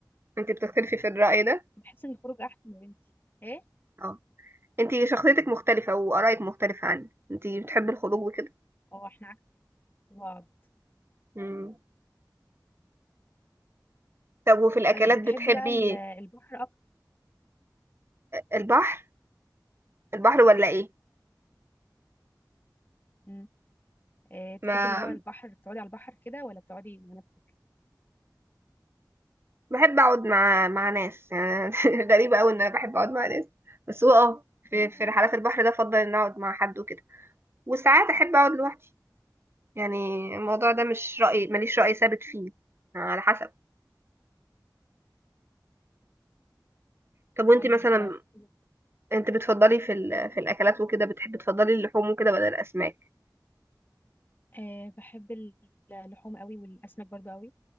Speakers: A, on the right; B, on the left.
A: أنت بتختلفي في الرأي ده؟
B: بحس ان الخروج احسن يا بنتي ايه
A: اه أنت شخصيتك مختلفة وآرائك مختلفة عني أنت بتحبي الخروج وكده
B: اه احنا عكس بعض
A: مم. طب وفي الأكلات
B: طيب بتحبي
A: بتحبي
B: بقى ال- البحر اكتر
A: البحر؟ البحر ولا إيه؟
B: مم. إيه تحبي
A: ما
B: اللي هو البحر بتقعدي على البحر كده ولا بتقعدي مع نفسك
A: بحب أقعد مع مع ناس يعني <laughs> غريبة أوي إن أنا بحب أقعد مع ناس بس هو أه في
B: مم.
A: في رحلات البحر ده أفضل إن أقعد مع حد وكده وساعات أحب أقعد لوحدي يعني الموضوع ده مش رأي ماليش رأي ثابت فيه على حسب طب وانت
B: طيب
A: مثلا
B: حلو.
A: انت بتفضلي في ال... في الاكلات وكده بتحبي تفضلي اللحوم وكده بدل الاسماك
B: آه بحب ال- اللحوم قوي والاسماك برضو قوي